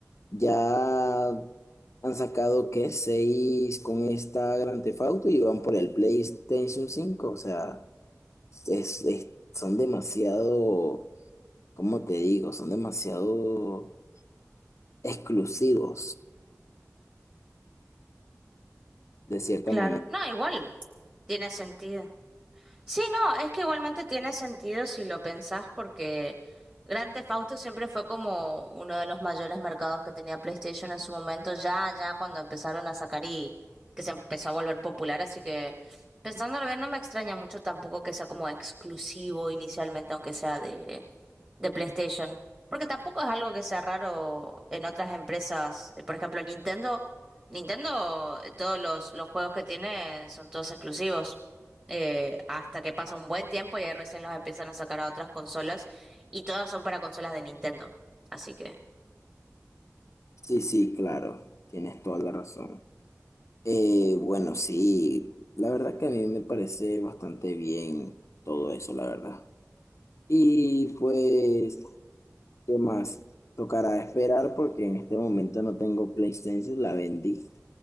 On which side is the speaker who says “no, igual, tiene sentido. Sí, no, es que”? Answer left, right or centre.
Right